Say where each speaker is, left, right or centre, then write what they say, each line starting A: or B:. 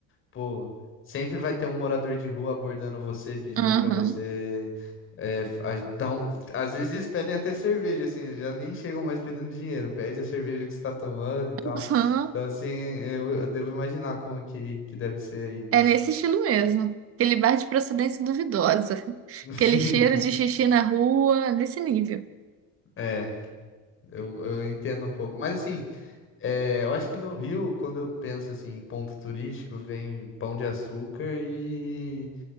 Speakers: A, on the left (about 35°); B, on the right (about 35°).
A: Pô, sempre vai ter um morador de rua abordando você, pedindo
B: Uhum.
A: pra você.
B: <laughs>
A: é, f- a- dar um- Às vezes eles pedem até cerveja, assim, já nem chegam mais pedindo dinheiro, pede a cerveja que você tá tomando e tal.
B: Uhum.
A: Então, assim, eu, eu devo imaginar como que, que deve ser aí.
B: É nesse estilo mesmo. Aquele bar de procedência duvidosa,
A: <laughs> Sim.
B: aquele cheiro de xixi na rua, nesse nível.
A: É, eu, eu entendo um pouco. Mas assim, é, eu acho que no Rio, quando eu penso assim, em ponto turístico, vem Pão de Açúcar e